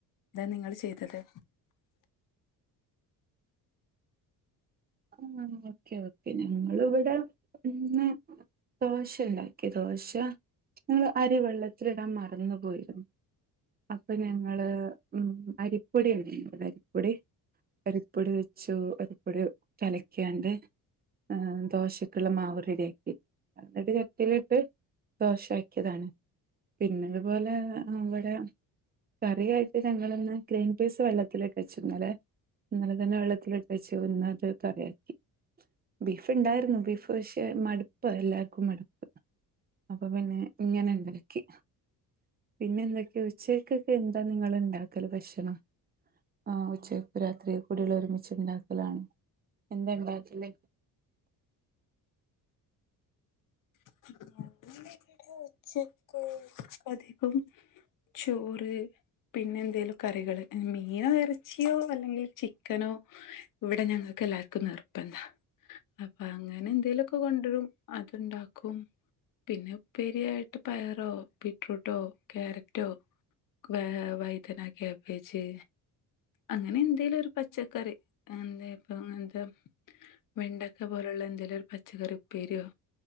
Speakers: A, on the left (about 55°); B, on the right (about 25°).
A: നിങ്ങള് ചെയ്തത്
B: ആഹ് ഓക്കെ ഓക്കെ ഞങ്ങളിവിടെ ഇന്ന് ദോശ ഇണ്ടാക്കിയത് ദോശ ഞങ്ങൾ അരിവെള്ളത്തിലിടാൻ മറന്ന് പോയിരുന്നു അപ്പൊ ഞങ്ങള് ഉം അരിപ്പൊടി <unintelligible> അരിപ്പൊടി അരിപ്പൊടി വെച്ചു അരിപ്പൊടി കലക്കിയാണ്ട് ആഹ് ദോശക്കുള്ള മാവ് റെടിയാ ക്കി എന്നിട്ട് ചട്ടീലിട്ട് ദോശാക്കിയതാണ്. പിന്നെ അതുപോലെ ഇവടെ കറിയായിട്ട് ഞങ്ങളിന്ന് ഗ്രീൻ പീസ് വള്ളത്തിലിട്ടെച്ചു ഇന്നലെ ഇന്നലെ തന്നെ വെള്ളത്തിലിട്ടെച്ചു ഇന്നത് കറിയാക്കി ബീഫ് ഇണ്ടാക്കരുന്നു ബീഫ് പക്ഷേ മടുപ്പ എല്ലാർക്കും മടുപ്പ് അപ്പൊ പിന്നെ ഇങ്ങനെ ഇണ്ടാക്കി പിന്നെ എന്തക്ക ഉച്ചക്കൊക്കെ എന്താ നിങ്ങളിണ്ടാ ക്കല് ഭക്ഷണം ആഹ് ഉച്ചക്കു രാത്രീക്കുടീള ഒരുമിച്ചിണ്ടാക്കലാണോ? എന്താ ഇണ്ടാക്കല്
A: ഞങ്ങളിവിടെ ഉച്ചക്ക് പ <unintelligible> ചോറ് പിന്നെ എന്തേലും കറികള് മീനോ എറച്ചിയോ അല്ലെങ്കിൽ ചിക്കനോ ഇടെ ഞങ്ങക്കെല്ലാർക്കും നിർബന്ധാ അപ്പ അങ്ങനെ എന്തേലൊക്കെ കൊണ്ടുരും അത്ണ്ടാ ക്കും പിന്നെ ഉപ്പേരിയായിട്ട് പയറോ ബീട്രൂട്ടോ ക്യാരറ്റോ വ വയ്തന കാബേജ് അങ്ങനെ എന്തേലും ഒരു പച്ചക്കറി എന്താ ഇപ്പ എന്ത വെണ്ടക്ക പോലുള്ള എന്തെലും ഒരു പച്ചക്കറി ഉപ്പേരിയോ